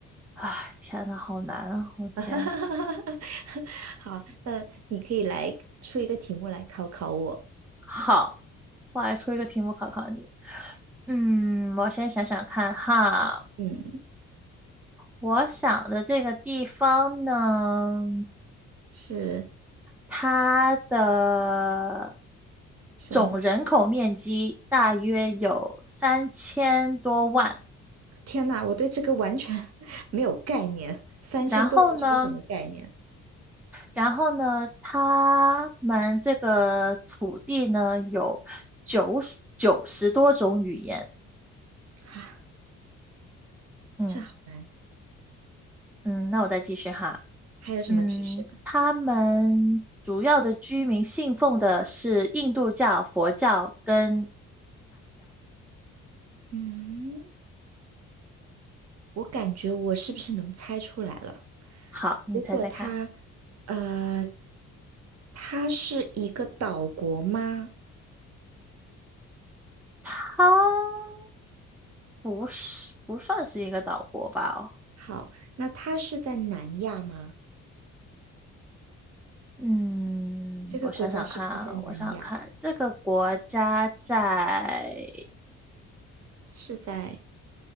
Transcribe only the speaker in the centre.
哎，天呐，好难啊，我天，
好，我来出一个题目考考你，嗯，我先想想看哈。
我想的这个地方呢，
它的
总人口面积大约有三千多万。
然后呢，然后呢，他们这个土地呢有九十九十多种语言。
嗯
嗯，那我再继续哈。
嗯，他们主要的居民信奉的是印度教、佛教跟
好，你猜猜看，
它不是不算是一个岛国吧？哦，
嗯，
我想想看啊，我想想看，这个国家在，